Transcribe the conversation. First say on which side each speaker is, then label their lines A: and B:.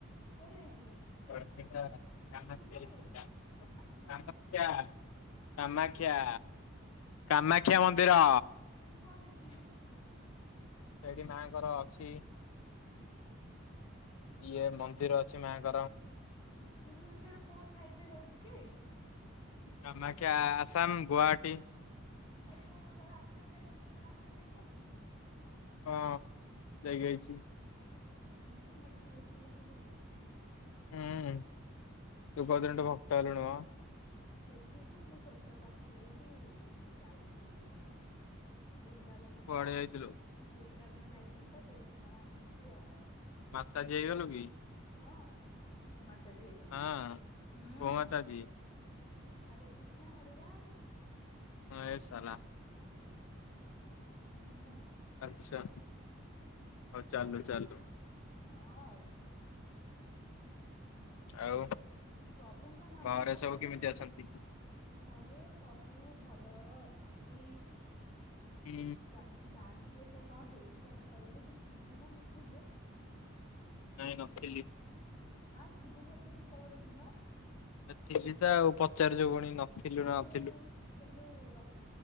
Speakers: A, on the left; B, on the left.
A: କୁଆଡେ ଯାଇଥିଲୁ?
B: <unintelligible>
A: ଶୁଭୁନି ଶୁଭୁନି
B: କାମାକ୍ଷା,
A: ଆଁ
B: କାମାକ୍ଷା, କାମାକ୍ଷା ମନ୍ଦିର।
A: ସେଇଠି କଣ ଦେଖିଲୁ?
B: ସେଇଠି ମାଆଙ୍କର ଅଛି ଇଏ ମନ୍ଦିର ଅଛି ମାଆଙ୍କର।
A: ବୁ ଭୁବନେଶ୍ୱର କୋଉ ସାଇଡରେ ଯାଉଚି କି?
B: କାମାକ୍ଷା ଆସାମ, ଗୁଆହାଟୀ।
A: ଆଉ ତୁ ତାହେଲେ ଆସାମ ଯାଇଥିଲୁ, ତାହେଲେ ଆସାମ ଯାଇକି ଆସିଚୁ?
B: ହଁ, ଯାଇକି ଆଇଛି।
A: ଜାଣିଚ, ମୁଁ ଆଜି ତୁଳସୀ ମାଳା ପିନ୍ଧିଚି।
B: ହୁଁ। ତୁ କୋଉଦିନଠୁ
A: ହି
B: ଭକ୍ତ ହେଲୁଣି ମ?
A: ଦେଖିବୁ ମୁଁ ଫୋଟୋ ପଠେଇବି, ମୁଁ ଯାଇଥେଲି ବୃନ୍ଦାବନ
B: କୁଆଡେ
A: ତ,
B: ଯାଇଥିଲୁ
A: ତୁ ତ ବୃନ୍ଦାବନ ଯାଇଥିଲି ତ ତୁଳସୀ ମାଳା ଆଣିଚି ଆଉ।
B: ମାତାଜୀ ହେଇଗଲୁ କି?
A: ହଁ, ମୁଁ ମାତାଜୀ ହେଇଗଲି।
B: ହଁ
A: ହୁଁ।
B: କୋଉ ମାତାଜୀ
A: ହରେ କ୍ରୀଷ୍ଣ ହରେ ରାମ
B: ହଁ ଏଇ ସାଲା।
A: ହୁଁ ଉଁ।
B: ଆଚ୍ଛା, ହଉ ଚାଲୁ ଚାଲୁ।
A: ହଁ ଆଉ।
B: ଆଉ
A: ଉଁ ହୁଁ, ପ୍ରଭୁଙ୍କ ନାମ
B: ଘରେ
A: ଧରିବାଟା
B: ସବୁ କେମିତି ଅଛନ୍ତି?
A: ଘରେ ସବୁ ଭଲ ଅଛନ୍ତି।
B: ହୁଁ
A: ଜା ଜାଣିଚୁ ଏଥର କଣ ହେଇଥିଲା ଦୀପାବଳିରେ, ତୁ ଥିଲୁ ନା ନଥିଲୁ?
B: ନାଇଁ ନଥିଲି।
A: ନା, ଥିଲୁ ବୋଧେ ଦୀପାବଳି ଦିନ?
B: ଥିଲି ତ ଆଉ ପଚାରୁଚୁ ପୁଣି ନଥିଲୁ
A: ଏଇ
B: ନଥିଲୁ।
A: ଯୋଉ ଏଇ ଯୋଉ ର